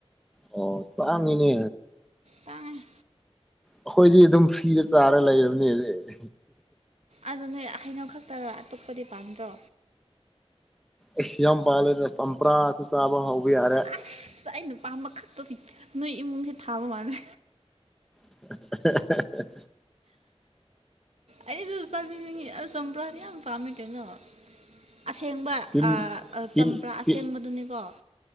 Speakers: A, in the centre; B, on the right.
A: ꯑꯣ ꯇꯥꯡꯉꯤꯅꯦ
B: ꯇꯥꯡꯉꯦ
A: ꯑꯩꯈꯣꯏꯗꯤ ꯑꯗꯨꯝ ꯐꯔꯤꯗ ꯆꯥꯔ ꯂꯩꯔꯕꯅꯦ ꯍꯧꯖꯤꯛ
B: ꯑꯗꯨ ꯅꯣꯏ ꯍꯩꯅꯣ ꯈꯛꯇꯔꯣ ꯑꯇꯣꯞꯄꯗꯤ ꯄꯥꯟꯗ꯭ꯔꯣ
A: ꯑꯁ ꯌꯥꯝ ꯄꯥꯜꯂꯦꯗ ꯆꯝꯄ꯭ꯔꯥꯁꯨ ꯆꯥꯕ ꯍꯧꯕ ꯌꯥꯔꯦ
B: ꯑꯁ ꯑꯩꯅ ꯄꯥꯝꯕ ꯈꯛꯇꯗꯤ ꯅꯣꯏ ꯏꯃꯨꯡꯁꯦ ꯊꯥꯕ ꯃꯥꯜꯂꯦ
A: <unintelligible>
B: ꯑꯩꯁꯨ ꯆꯥꯅꯤꯡꯉꯦ ꯑꯁ ꯆꯝꯕ꯭ꯔꯥꯗꯤ ꯌꯥꯝ ꯄꯥꯝꯃꯦ ꯀꯩꯅꯣ ꯑꯁꯦꯡꯕ
A: ꯇꯤꯟ
B: ꯑꯥ
A: ꯇꯤꯟ
B: ꯆꯝꯄ꯭ꯔꯥ ꯑꯁꯦꯡꯕꯗꯨꯅꯤꯀꯣ
A: ꯇꯤꯟ